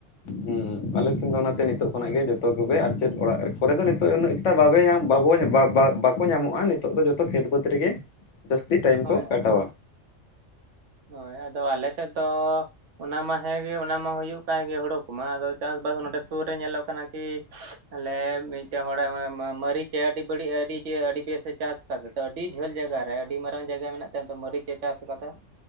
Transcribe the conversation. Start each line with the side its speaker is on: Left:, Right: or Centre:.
Left: ᱦᱩᱸ ᱟᱞᱮ ᱥᱮᱱ ᱫᱚ ᱚᱱᱟᱛᱮ ᱱᱤᱛᱚᱜ ᱠᱷᱚᱱᱟᱜ ᱜᱮ ᱡᱷᱚᱛᱚ ᱠᱚᱜᱮ ᱟᱨ ᱪᱮᱫ ᱚᱲᱟᱜ ᱠᱚᱨᱮ ᱫᱚ ᱱᱤᱛᱚᱜ ᱩᱱᱟᱹ ᱮᱠᱴᱟ ᱵᱟᱵᱮ ᱧᱟᱢ ᱵᱟᱵᱚ ᱵᱟᱠᱚ ᱧᱟᱢᱚᱜᱼᱟ ᱾ ᱱᱤᱛᱚᱜ ᱫᱚ ᱡᱚᱛᱚ ᱠᱷᱮᱛ ᱵᱟᱹᱫᱽ ᱨᱮᱜᱮ ᱡᱟᱹᱥᱛᱤ ᱴᱟᱭᱤᱢ
Right: ᱦᱳᱭ
Left: ᱠᱚ
Right: ᱦᱳᱭ
Left: ᱠᱟᱴᱟᱣᱟ
Right: ᱦᱳᱭ ᱟᱫᱚ ᱟᱞᱮ ᱥᱮᱫ ᱫᱚ ᱚᱱᱟ ᱢᱟ ᱦᱮᱸᱜᱮ ᱚᱱᱟ ᱢᱟ ᱦᱩᱭᱩᱜ ᱠᱟᱱ ᱜᱮ ᱦᱩᱲᱚ ᱠᱚᱢᱟ ᱟᱫᱚ ᱪᱟᱥ-ᱵᱟᱥ ᱱᱚᱸᱰᱮ ᱥᱩᱨ ᱨᱮ ᱧᱮᱞᱚᱜ ᱠᱟᱱᱟ ᱠᱤ ᱟᱞᱮ ᱢᱤᱫᱴᱮᱱ ᱦᱚᱲᱟᱜ ᱢᱟ.. ᱢᱟ.. ᱢᱟ. ᱨᱤᱪ ᱟᱹᱰᱤ ᱵᱟᱹᱲᱤᱡ ᱟᱹᱰᱤ ᱟᱹᱰᱤ ᱵᱮᱥ ᱮ ᱪᱟᱥ <unintelligible> ᱟᱹᱰᱤ ᱡᱷᱟᱹᱞ ᱡᱟᱭᱜᱟ ᱨᱮ ᱟᱹᱰᱤ ᱢᱟᱨᱟᱝ ᱡᱟᱭᱜᱟ ᱢᱮᱱᱟᱜ ᱛᱟᱭᱟ ᱢᱟᱹᱨᱤᱪ ᱮ ᱪᱟᱥ ᱟᱠᱟᱫᱟ